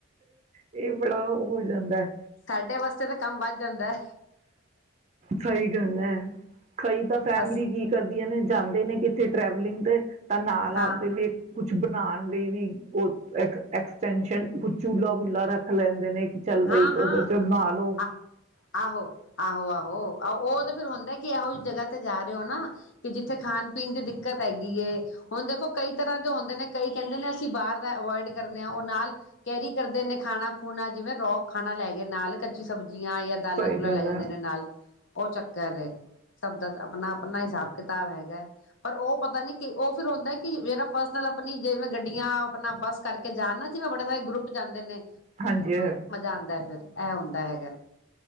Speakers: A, on the right; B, on the left.
A: ਇਹ ਬੜਾ ਹੋ ਜਾਂਦਾ ਹੈ।
B: ਸਾਡੇ ਵਾਸਤੇ ਤਾਂ ਕੰਮ ਵੱਧ ਜਾਂਦਾ
A: ਸਹੀ ਗੱਲ ਹੈ ਕਈ ਤਾਂ ਫੈਮਿਲੀ
B: ਅ
A: ਕੀ ਕਰਦੀਆਂ ਨੇ ਕਿੱਥੇ ਟਰੈਵਲਿੰਗ ਤੇ ਤਾਂ ਨਾਲ
B: ਹਾਂ
A: ਆਪਦੇ ਵੀ ਕੁਛ ਬਣਾਣ ਲਈ ਵੀ ਉਹ ਐਕਸਟੈਸ਼ਨ ਚੁਲਾ ਬੁਲਾ ਰੱਖ ਲੈਂਦੇ ਨੇ। ਚੱਲ ਬਈ
B: ਹਾਂ ਹਾਂ
A: ਉਹਦੇ ਚ ਬਣਾ ਲਓ
B: ਆ ਆਹੋ ਆਹੋ ਆਹੋ ਆਹੋ ਉਹ ਤੇ ਫਿਰ ਹੁੰਦਾ ਕਿ ਇਹੋ ਜਿਹੀ ਜਗ੍ਹਾ ਤੇ ਜਾ ਰਹੇ ਹੋ ਨਾ ਕਿ ਜਿੱਥੇ ਖਾਣ ਪੀਣ ਦੀ ਦਿੱਕਤ ਹੈਗੀ ਏ ਹੁਣ ਦੇਖੋ ਕਈ ਤਰ੍ਹਾਂ ਦੇ ਹੁੰਦੇ ਨੇ ਕਈ ਕਹਿੰਦੇ ਨੇ ਅਸੀਂ ਬਾਹਰ ਦਾ ਅਵੋਇਡ ਕਰਦੇ ਹਾਂ ਉਹ ਨਾਲ ਕੈਰੀ ਕਰਦੇ ਨੇ ਖਾਣਾ ਖੂਣਾ ਜਿਵੇਂ ਰੋਕ ਖਾਣਾ ਲੈ ਗਏ। ਨਾਲ ਕੱਚੀ ਸਬਜ਼ੀਆਂ ਜਾਂ ਦਾਲਾਂ
A: ਸਹੀ
B: ਦੁਲਾ
A: ਗੱਲ
B: ਲੈ ਜਾਂਦੇ
A: ਹੈ।
B: ਨੇ ਨਾਲ ਉਹ ਚੱਕਰ ਸਭ ਦਾ ਆਪਣਾ ਆਪਣਾ ਹਿਸਾਬ ਕਿਤਾਬ ਹੈਗਾ ਪਰ ਉਹ ਪਤਾ ਨੀ ਉਹ ਫਿਰ ਹੁੰਦਾ ਕਿ ਜਿਹੜਾ ਪਰਸਨਲ ਆਪਣੀ ਜਿਵੇ ਗੱਡੀਆਂ ਆਪਣਾ ਬੱਸ ਕਰਕੇ ਜਾਣ ਨਾ ਜਿਵੇੈਂ ਬੜੇ ਸਾਰੇ ਗਰੁੱਪ ਜਾਂਂਦੇ ਨੇ।
A: ਹਾਂਜੀ
B: ਆਦਾ ਫਿਰ ਇਹ ਹੁੰਦਾ ਹੈਗਾ।